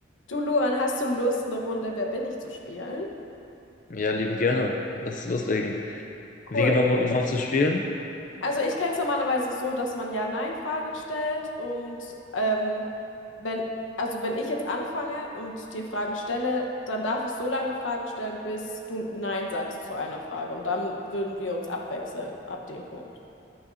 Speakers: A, on the left (about 85°); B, on the left (about 40°).
A: Du, Luan, hast du Lust, eine Runde Wer bin ich zu spielen?
B: Ja, lieben gerne. Lass es loslegen.
A: Cool.
B: Wie genau ma- magst du spielen?
A: Also ich kenne es normalerweise so, dass man Ja-Nein-Fragen stellt und ähm, wenn, also wenn ich jetzt anfange und dir Fragen stelle, dann darf ich so lange Fragen stellen, bis du Nein sagst zu einer Frage und dann würden wir uns abwechseln ab dem Punkt.